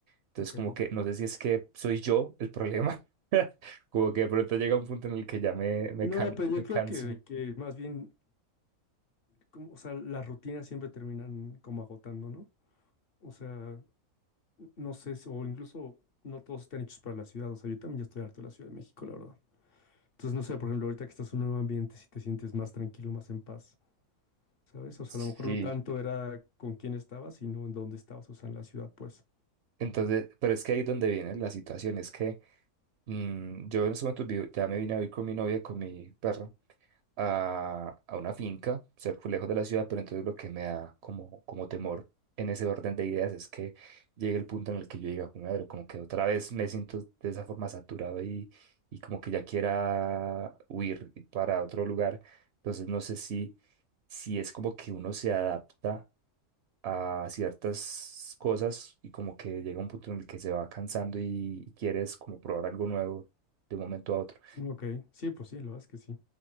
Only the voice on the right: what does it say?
Entonces
como que no sé si es que soy yo el problema. <laughs> Como que de pronto llega un punto en el que ya me, me,
can,
me
canso.
Sí,
entonces, pero es que ahí es donde viene la situación, es que Mm, yo en ese momento vi- ya me vine a vivir con mi novia y con mi perra a, a una finca, cerca, lejos de la ciudad, pero entonces lo que me da como, como temor en ese orden de ideas es que llegue el punto en el que yo diga, como, madre, como que otra vez me siento de esa forma saturado y, y como que ya quiera huir para otro lugar. Entonces no sé si, si es como que uno se adapta a ciertas cosas y como que llega un punto en el que se va cansando y, y quieres como probar algo nuevo de un momento a otro.